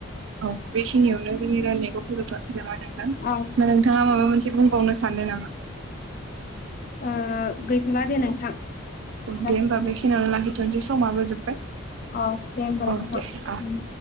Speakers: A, on the right (about 65°); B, on the left (about 40°).
A: औ बेखिनियावनो जोंनि रायलायनायखौ फोजोबथारनोसै नामा नोंथां
B: ओ
A: दा नोंथाङा माबा मोनसे बुंबावनो सान सन्दों नामा
B: ओ गैथ'ला दे नोंथां
A: औ
B: गासिबो
A: दे होमबा बेखिनियावानो लाखिथ'नोसै समाबो जोब्बाय
B: अ दे होमबालाय
A: अ
B: नोंथां
A: दे अ